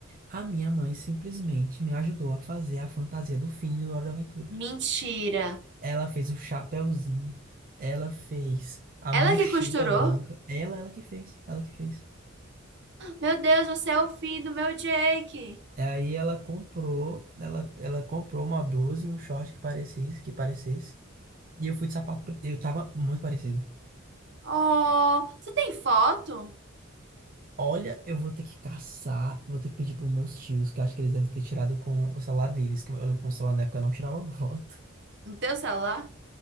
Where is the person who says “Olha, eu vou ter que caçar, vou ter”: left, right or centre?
Right